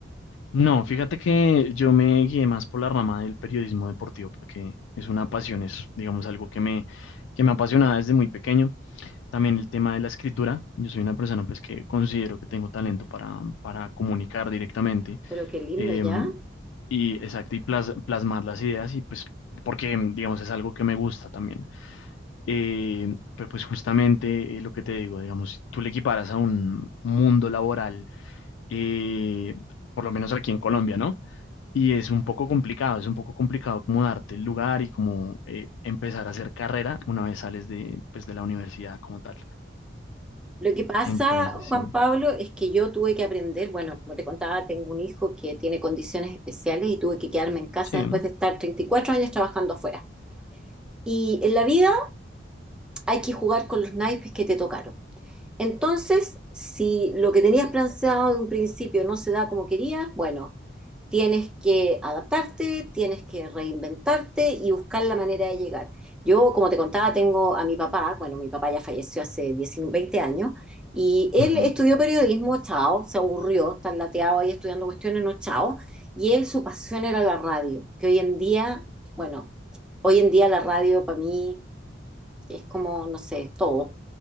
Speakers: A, on the left; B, in the centre.
A: no, fíjate que yo me guié más por la rama del periodismo deportivo, porque es una pasión, es, digamos, algo que me, que me apasionaba desde muy pequeño. También el tema de la escritura. Yo soy una persona pues que considero que tengo talento para, para comunicar directamente
B: Pero qué lindo
A: eh,
B: ya.
A: y exacto, y plas- plasmar las ideas y pues porque digamos es algo que me gusta también. Eh, pero pues justamente eh, lo que te digo, digamos, si tú le equiparas a un mundo laboral, eh, por lo menos aquí en Colombia, ¿no? Y es un poco complicado, es un poco complicado como darte el lugar y como eh, empezar a hacer carrera una vez sales de, pues, de la universidad como tal.
B: Lo que pasa,
A: Entonces,
B: Juan
A: sí.
B: Pablo, es que yo tuve que aprender, bueno, como te contaba, tengo un hijo que tiene condiciones especiales y tuve que quedarme en casa
A: Sí,
B: después de estar 34 años trabajando afuera. Y en la vida hay que jugar con los naipes que te tocaron. Entonces, si lo que tenías planteado de un principio no se da como querías, bueno, tienes que adaptarte, tienes que reinventarte y buscar la manera de llegar. Yo, como te contaba, tengo a mi papá, bueno, mi papá ya falleció hace 19, 20 años, y él
A: ujú,
B: estudió periodismo, chao, se aburrió, tan lateado ahí estudiando cuestiones, no, chao, y él su pasión era la radio, que hoy en día, bueno, hoy en día la radio para mí es como, no sé, todo.